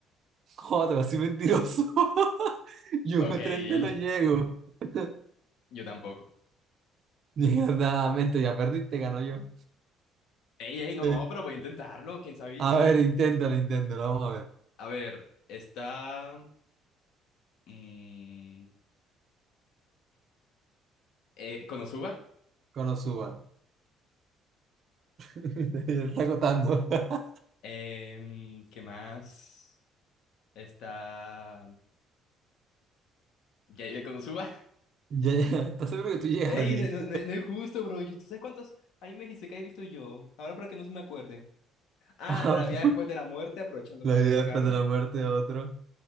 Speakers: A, on the right; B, on the left.
A: joder, así mentiroso. <laughs> Yo
B: Ok.
A: a
B: <laughs>
A: 30 no llego. <laughs>
B: Yo tampoco.
A: Mierda, mente, ya perdiste, ganó yo.
B: Ey, ey, no,
A: Eh,
B: no, pero voy a intentarlo, quién sabe y sí.
A: a ver, inténtalo, inténtalo, vamos a ver.
B: A ver, está mm, eh, Konosuba.
A: Cuando suba. <laughs> Te Está agotando. <laughs>
B: Em, ¿qué más? Está ya, ya, Konosuba.
A: Ya, ya, ¿estás seguro
B: <laughs>
A: que tú llegas
B: Ey,
A: a diez
B: no, no, no- no es justo, bro. Yo- ¿Tú sabes cuántos animes Isekai he visto yo? Ahora para que no se me acuerde. Ah,
A: <laughs> Ah,
B: La vida después de la muerte, aprovechando
A: La
B: que ya
A: vida
B: la sacaron.
A: después de la muerte de otro.